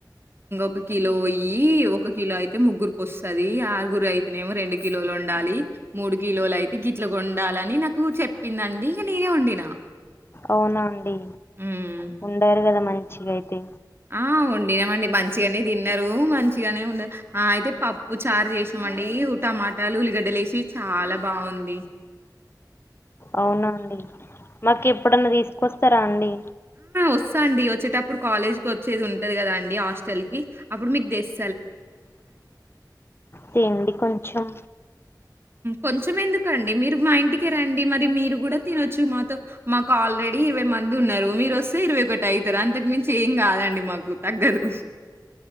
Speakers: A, on the right; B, on the left.
A: ఒక కిలో ఈ ఒక కిలో అయి ఐతే ముగ్గురుకి వస్తది ఆరుగురు అయితేనేమో రెండు కిలోలు వండాలి మూడు కిలోలు అయి టికిట్లు వండాలని నాకు చెప్పిందండి ఇగ నేనే వండినా
B: అవునా అండి
A: హ్మ్.
B: వండారు కదా మన్ చిగా అయితే
A: ఆ వండినామండి మంచిగనే తిన్నారు. మంచిగనే ఉం అయితే పప్పు చారు చేసినమండి టమాటాలు ఉల్లిగడ్డలు ఏసి చాలా బాగుంది.
B: అవునా అండి మాకు ఎప్పుడన్నా తీసుకొస్తారా అండి
A: వస్తా అండి వచ్చేటప్పుడు కాలేజ్ వచ్చేది ఉంటది కదా అండి హస్టల్కి అప్పుడు మీకు తెస్
B: తేండి కొంచం
A: కొంచమేందుకండి మీరు మా ఇంటికే రండి మరి మీరు గుడా తినొచ్చు మాతో మాకు ఆల్రెడీ ఇరవై మంది ఉన్నరు మీరు వస్తే ఇరవై ఒకటి అయితారు అంతకు మించి ఏం కాదండి మాకు తగ్గదు